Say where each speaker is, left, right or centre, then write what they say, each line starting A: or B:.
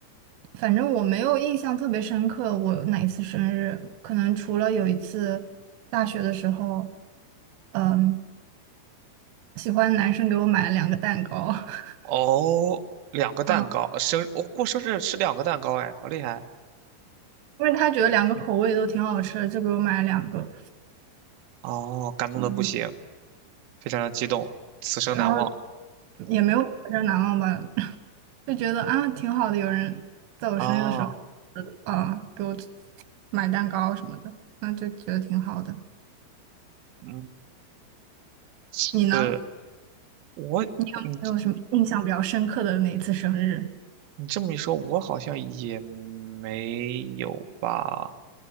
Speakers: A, on the right; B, on the right.
A: 反正我没有印象特别深刻，我哪一次生日，可能除了有一次大学的时候，嗯，喜欢的男生给我买了两个蛋糕，<laughs>
B: 哦，两个蛋糕，
A: 嗯，
B: 生，我、过生日吃两个蛋糕，哎，好厉害！
A: 因为他觉得两个口味都挺好吃的，就给我买了两个。
B: 哦，感动的不行，
A: 嗯。
B: 非常的激动，此生难忘
A: 然后也没有比较难忘吧，<laughs> 就觉得啊挺好的，有人在我生日的时候，
B: 啊。
A: 呃啊给我买蛋糕什么的，那就觉得挺好的。
B: 嗯，
A: 你呢？
B: 是我，
A: 你有没有什么印象比较深刻的哪一次生日？
B: 你你这么一说，我好像也没有吧。